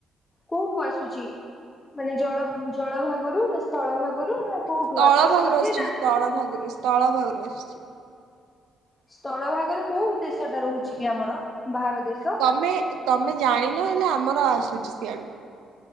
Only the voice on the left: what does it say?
କୋଉଠୁ ଆସୁଛି ମାନେ ଜଳ ଜଳ ଭାଗରୁ ନା। ଶ ସ୍ଥଳ ଭାଗରୁ ନା କୋଉଠୁ
ଆକାଶ
ପଥେଇ
ନା।
ସ୍ଥଳ ଭାଗରେ କୋଉ ଦେଶ ଟା ରହୁଛି କି ଆମର ବାହାର ଦେଶ।